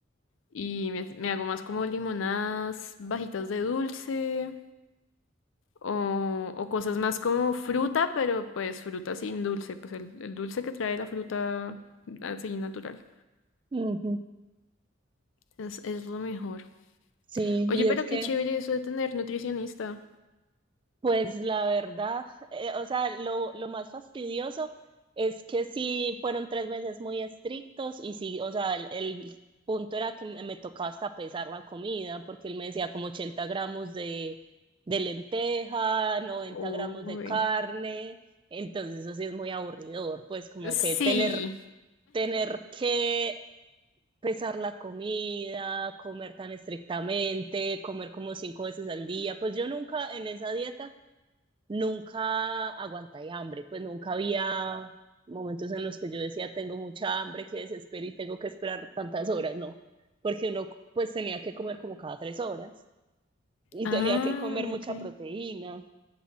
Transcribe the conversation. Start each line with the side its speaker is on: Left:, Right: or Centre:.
Left: Y me, me hago más como limonadas, bajitas de dulce o, o cosas más como fruta, pero pues fruta sin dulce, pues el, el dulce que trae la fruta así natural.
Right: Ujú.
Left: Es, es lo mejor.
Right: Sí,
Left: Oye,
Right: y
Left: pero
Right: es que
Left: qué chévere eso de tener nutricionista.
Right: Pues la verdad, eh, o sea, lo, lo más fastidioso es que sí fueron tres meses muy estrictos y sí, o sea, el, el punto era que me, me tocaba hasta pesar la comida, porque él me decía como 80 gramos de, de lenteja, noventa
Left: Uy.
Right: gramos de carne, entonces eso sí es muy aburridor, pues como que
Left: Sí.
Right: tener, tener que pesar la comida, comer tan estrictamente, comer como cinco veces al día, pues yo nunca en esa dieta nunca aguanté hambre, pues nunca había momentos en los que yo decía, tengo mucha hambre, que desespero y tengo que esperar tantas horas, no, porque uno pues tenía que comer como cada tres horas y
Left: Ah,
Right: tenía que comer mucha
Left: ok.
Right: proteína,